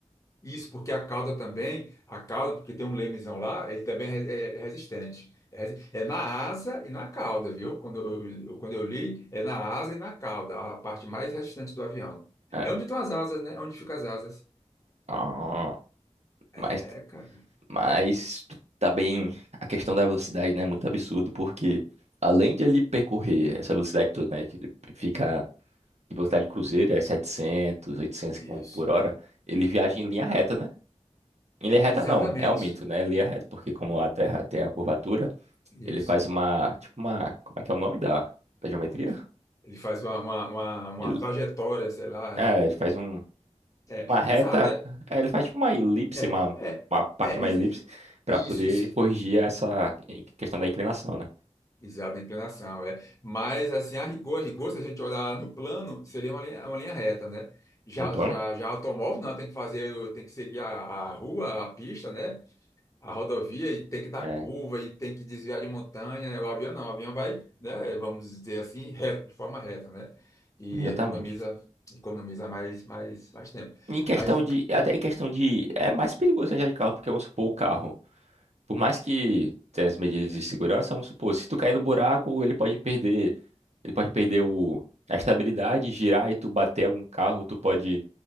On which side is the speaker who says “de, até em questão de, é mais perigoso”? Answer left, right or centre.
Right